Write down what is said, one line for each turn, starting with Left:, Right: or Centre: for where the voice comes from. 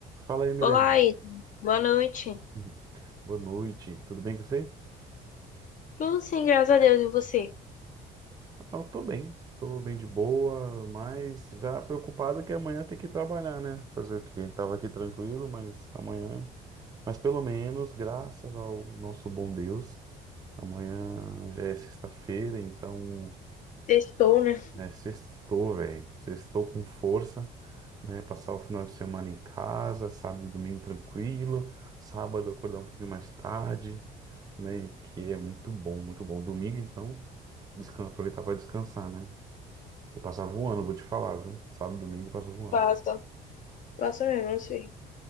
Right: Fala aí, Milena.
Left: Olá, Ida. Boa noite.
Right: Uhum. Boa noite. Tudo bem com você?
Left: Tudo sim, graças a Deus. E você?
Right: Ah, Eu tô bem. Tô bem de boa, mas já preocupado que amanhã tem que trabalhar, né? Fazer o quê? Tava aqui tranquilo, mas amanhã. Mas pelo menos, graças ao nosso bom Deus, amanhã já é sexta-feira, então
Left: Estou, né?
Right: é sextou, velho. Sextou com força, né? Passar o final de semana em casa, sábado e domingo tranquilo, sábado acordar um pouquinho mais tarde. né? Porque é muito bom, muito bom. Domingo, então, descan- aproveitar para descansar, né? Porque passava voando, vou te falar, viu? Sábado, domingo passa voando.
Left: Passa. Passa mesmo, assim.